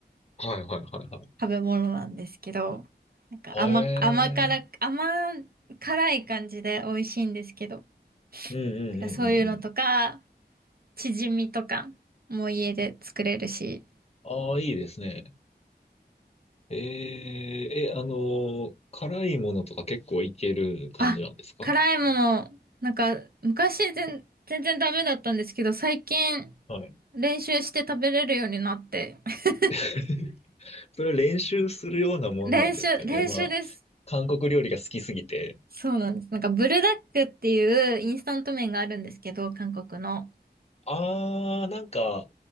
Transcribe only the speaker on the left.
はいはいはいは
い。へ
え。
うんうんうんうんうん。
ああ、いいですね。えー、え、あのー辛いものとか結構いける感じなんですか
はい。
<laughs> それ練習するようなもんなんですかね。
まあ、韓国料理が好きすぎて。
ああ、なんか、